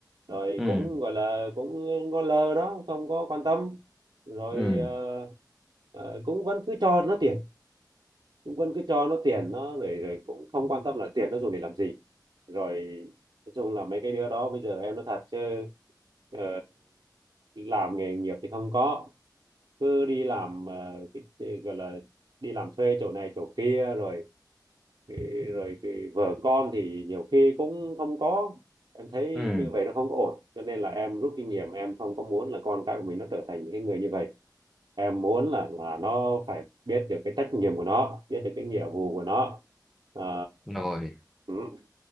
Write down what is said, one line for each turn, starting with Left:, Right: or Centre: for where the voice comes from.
Right: rồi
Centre: ừ
Right: cũng gọi là cũng ngó lơ đó không có quan tâm rồi
Centre: ừ
Right: ờ, ờ, cũng vẫn cứ cho nó tiền cũng vẫn cứ cho nó tiền nó rồi rồi cũng không quan tâm là tiền nó dùng để làm gì rồi nói chung là mấy cái đứa đó bây giờ em nói thật chứ ờ, làm nghề nghiệp thì không có cứ đi làm ờ, cái, cái gọi là đi làm thuê chỗ này chỗ kia rồi cái- rồi cái vợ con thì nhiều khi cũng không có em thấy
Centre: ừ
Right: như vậy nó không có ổn cho nên là em rút kinh nghiệm em không có muốn là con cái của mình nó trở thành những cái người như vậy em muốn là là nó phải biết được cái trách nhiệm của nó biết được cái nghĩa vụ của nó Ờ,
Centre: rồi
Right: ừ,